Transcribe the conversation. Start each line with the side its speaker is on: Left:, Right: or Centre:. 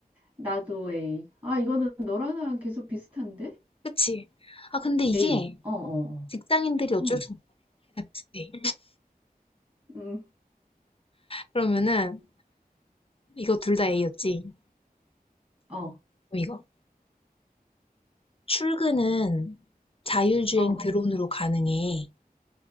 Right: 나도 A. 아, 이거는 너랑 나랑 계속 비슷한데?
Left: 그치? 아, 근데 이게
Right: A. 어, 어, 어.
Left: 직장인들이 어쩔
Right: 음,
Left: 수 없다. 비슷해.
Right: 음,
Left: 그러면은, 이거 둘 다 A였지?
Right: 어,
Left: 그럼 이거. 출근은 자율주행
Right: 어,
Left: 드론으로 가능해.